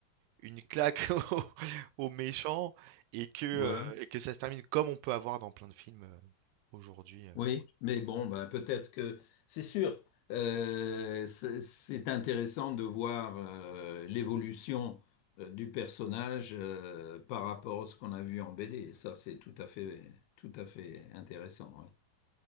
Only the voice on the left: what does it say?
voilà.
Oui, mais bon, ben, peut-être que c'est sûr. euh, c'est c'est intéressant de voir euh, l'évolution euh, du personnage euh, par rapport à ce qu'on a vu en BD. Ça, c'est tout à fait tout à fait intéressant. oui.